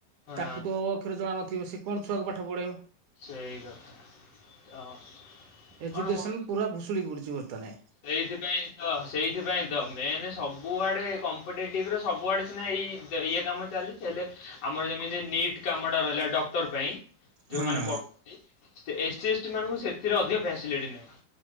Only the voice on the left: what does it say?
ହଁ
ସେଇ କଥା ତ
କଣ ହଉଚି।
ହେଇଥିପାଇଁ ତ ସେଇଥିପାଇଁ ତ ମେନ୍ ସବୁଆଡ଼େ କମ୍ପିଟେଟିଭ୍ ର ସବୁଆଡେ ସିନା ଏଇ ଇଏ କାମ ଚାଲି ହେଲେ ଆମର ଯେମିତି ନିଟ୍ କାମ ଟା ରହିଲା ଡକ୍ଟର ପାଇଁ, ଯୋଉମାନେ
ପଢୁ ଏସ୍ ଟି ଏସ୍ ଟି ମାନଙ୍କୁ ସେଥିରେ ଅଧିକ ଫ୍ୟାସିଲିଟି ନାଇଁ।